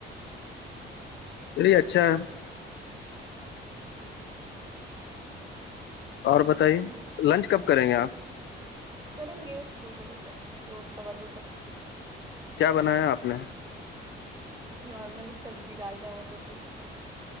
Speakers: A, on the left; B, on the right.
A: تی اچھا
B: اچھا ہ
A: اور بتائیے لنچ کب کریں گے آپ
B: کریں گے دو بجے تک دو سوا دو تک
A: کیا بنایا آپ نے
B: نارمل سبزی دال چاول روٹی